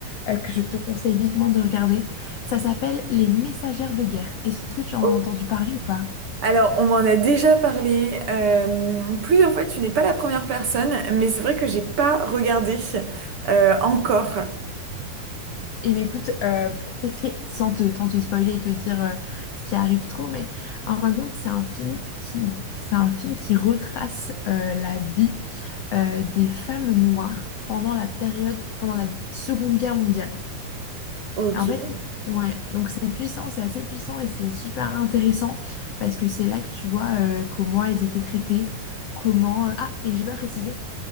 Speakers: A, on the left; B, on the right.
A: euh, que je te conseille vivement de regarder. Ça s'appelle Les Messagères de guerre. Est-ce que tu en
B: Oh.
A: as entendu parler ou pas?
B: Alors, on m'en a déjà parlé euh, plusieurs fois, tu n'es pas la première personne, mais c'est vrai que j'ai pas regardé euh, encore.
A: Eh bien écoute, euh, pour t'expliquer, sans te, sans te spoiler et te dire euh, ce qui arrive trop, mais en fin de compte, c'est un film qui, c'est un film qui retrace euh, la vie euh, des femmes noires pendant la période, pendant la Seconde Guerre mondiale.
B: Ok.
A: En fait, ouais, donc c'est puissant, c'est assez puissant et c'est super intéressant parce que c'est là que tu vois euh, comment elles étaient traitées, comment... euh, Ah, et j'ai pas précisé,